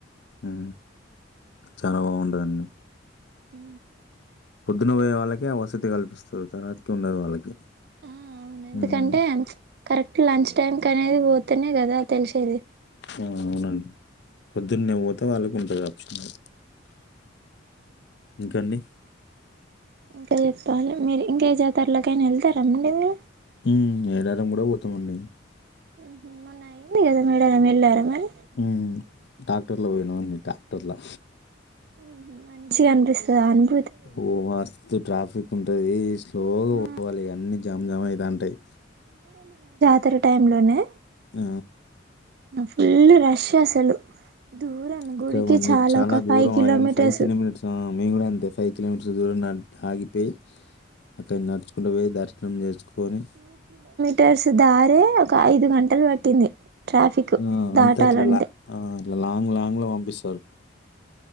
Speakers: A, on the left; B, on the right.
A: ఉ చాలా బాగుంటుదండి
B: ఉ
A: పొద్దున పోయే వాళ్ళకే వసతి కల్పిస్తరు తర్వాతకి ఉండదు వాళ్ళకి
B: ఆ అవును ఎందుకంటే
A: హ్మ్.
B: కరెక్ట్ లంచ్ టైమ్ కనేది పోతనే కదా తెలిసేది
A: ఆ అవునండి పొద్దున్నే పోతే వాళ్ళకు ఉంటది ఆప్షన్ అది ఇంకఅండి
B: ఇంకా చెప్పాలే మీరు ఇంకేజాత్ తర్ల కైనా ఎళ్తారండి మీరు
A: ఉ మేడారం కూడా పోతామండి
B: ఉహు మొన్న ఐంది కదా మేడారం ఎల్లారా మరి
A: ఉమ్ టాక్టర్ల పోయినం నీ టాక్టర్లా
B: ఉహు మంచిగా అనిపిస్తదండి
A: ఓ మస్తు ట్రాఫిక్ ఉంటది లోగా
B: ఆ
A: పోవాలి అన్ని జామ్ జామ్ అయితంటయి
B: తర టైంలోనే
A: అ
B: ఫుల్ రష్ అసలు దూరం
A: ఇక్కడ
B: గుడికి
A: మంది
B: చాలా
A: చానా
B: ఒక
A: దూరం
B: ఫైవ్ కిలోమీటర్స్
A: ఆగినా ఫైవ్ కిలోమీటర్స్ ఆ మేం కూడా అంతే ఫైవ్ కిలోమీటర్స్ దూరం నంత ఆగిపోయి అక్కడి నడుచుకుంట పోయి దర్శనం చేసుకొని
B: టర్స్ దారే ఒక ఐదు గంటలు పట్టింది ట్రాఫిక్
A: ఆ
B: దాటాలంటే
A: అంత ఇట్లలా ఆ లాంగ్ లాంగ్ లో పంపిస్తారు